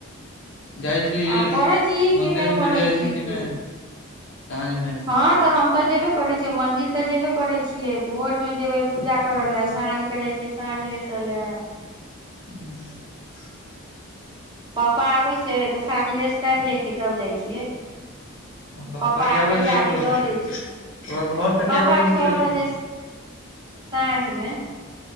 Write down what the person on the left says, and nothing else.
जाइ छी
मंदिर
उंदिर
जाइ
छी कि
नहि साँझ मे
<unintelligible>
पप्पा
कए बजे
जाइ छौ
पप्पा घर से
कए बजे निकलै
छौ